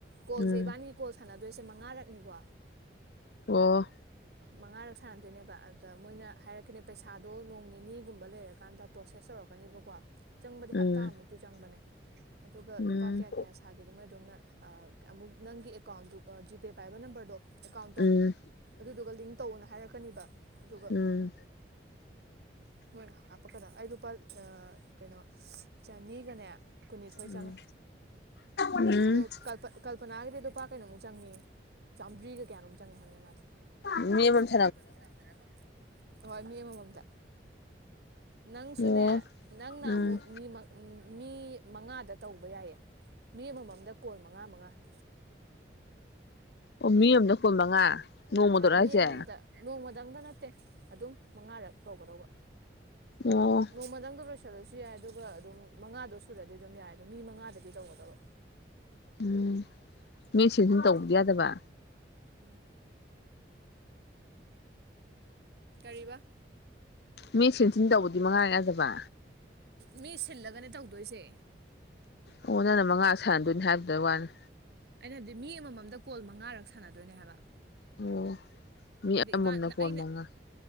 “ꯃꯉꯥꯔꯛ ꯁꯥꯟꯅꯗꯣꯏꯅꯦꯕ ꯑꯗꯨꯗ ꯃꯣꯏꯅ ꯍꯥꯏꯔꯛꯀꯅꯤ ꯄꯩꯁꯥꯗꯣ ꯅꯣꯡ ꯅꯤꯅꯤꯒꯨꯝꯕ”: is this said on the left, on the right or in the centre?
Right